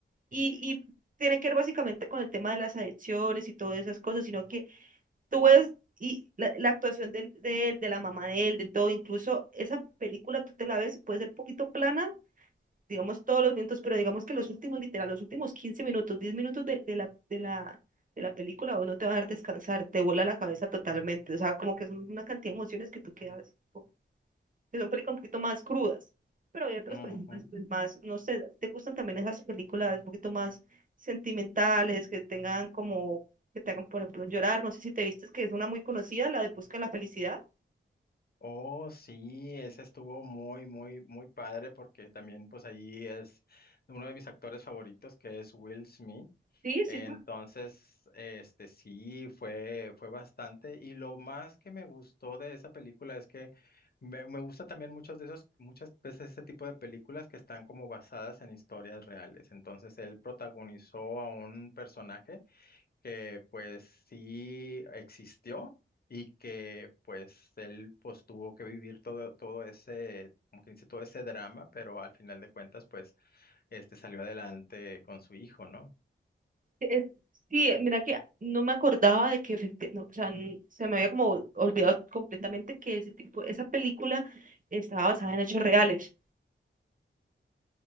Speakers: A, on the right; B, on the left.
A: Y, y tiene que ver básicamente con el tema de las adicciones y todas esas cosas, sino que tú ves y la, la actuación del- de él, de la mamá de él, de todo, incluso esa película tú te la ves y puede ser un poquito plana digamos todos los minutos pero digamos que los últimos, literal, los últimos 15 minutos, 10 minutos de, de la, de la, de la película, vos no te vas a dejar descansar, te vuela la cabeza totalmente, o sea, como que son una cantidad de emociones que tú quedas, como- que son películas un poquito más crudas, pero hay otras
B: ujú.
A: películas pues, más, no sé, ¿te gustan también esas películas un poquito más sentimentales, que tengan como, que te hagan, por ejemplo, llorar? No sé si te vistes que es una muy conocida, la de Busca la Felicidad.
B: Oh, sí, ese estuvo muy, muy, muy padre porque también pues ahí es uno de mis actores favoritos que es Will Smith.
A: Sí,
B: Entonces,
A: sí, es
B: este sí, fue, fue bastante. Y lo más que me gustó de esa película es que me, me gusta también muchos de esos, muchas veces ese tipo de películas que están como basadas en historias reales. Entonces, él protagonizó a un personaje que pues sí existió y que pues él pues tuvo que vivir todo, todo ese, como que dice, todo ese drama, pero al final de cuentas pues este salió adelante con su hijo, ¿no?
A: Es, sí, mira que no me acordaba de que efecti- no, o sea, n- se me había como olvidado completamente que ese tipo, esa película estaba basada en hechos reales.